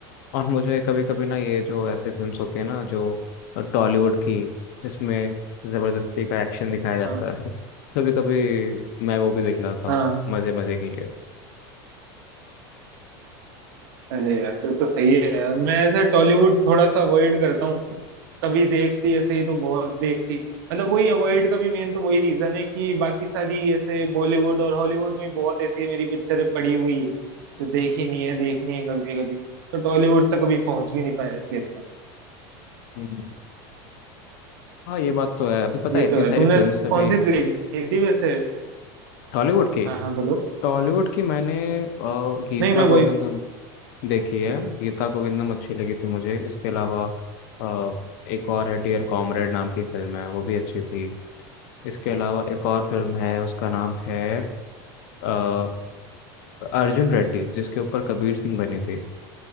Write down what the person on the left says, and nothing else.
और मुझे कभी कभी ना ये जो ऐसे फिल्म्स होती है ना जो टॉलीवुड की जिसमें जबरदस्ती का एक्शन दिखाया जाता
है <laughs> कभी कभी मैं वो भी देख लेता हूँ
मजे मजे के लिए
हम्म। हाँ ये बात तो है अभी पता
है इतनी
सारी
फिल्म्स अभी
टॉलीवुड की
टॉलीवुड की मैंने अ, गीता
गोविंदम
देखिए गीता गोविंदम अच्छी लगी थी मुझे इसके अलावा अ, एक और है डियर कॉमरेड नाम की फिल्म है वो भी अच्छी थी इसके अलावा एक और फिल्म है उसका नाम है अ, अर्जुन रेड्डी जिसके ऊपर कबीर सिंह बनी थी